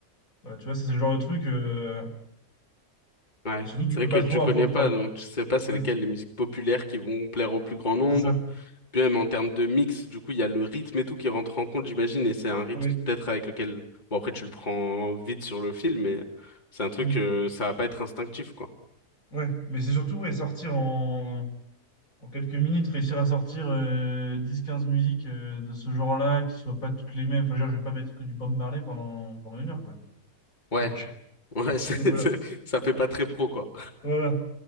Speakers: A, on the left; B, on the left.
A: Voilà, tu vois, ça, c'est le genre de truc. euh,
B: Ouais.
A: et Surtout que
B: C'est
A: tu peux
B: vrai
A: pas
B: que tu
A: trop. appro-
B: connais
A: Enfin,
B: pas, donc tu sais pas c'est
A: ouais,
B: lesquelles les musiques populaires qui vont plaire au plus grand nombre.
A: c'est ça.
B: Puis même en termes de mix, du coup, il y a le rythme et tout qui rentre en compte, j'imagine, et c'est un rythme
A: Ouais.
B: peut-être avec lequel, bon après tu le prends vite sur le fil, mais c'est un truc,
A: Mm.
B: euh, ça va pas être instinctif, quoi.
A: Ouais, mais c'est surtout ouais, sortir en, en quelques minutes, réussir à sortir euh, 10-15 musiques euh, de ce genre-là, qui soient pas toutes les mêmes. Enfin, je veux dire, je vais pas mettre que du Bob Marley pendant, pendant une heure, quoi.
B: Ouais.
A: Donc,
B: Ouais,
A: <laughs>
B: <laughs> c'est,
A: donc voilà.
B: c'est- ça fait pas très pro, quoi.
A: Voilà.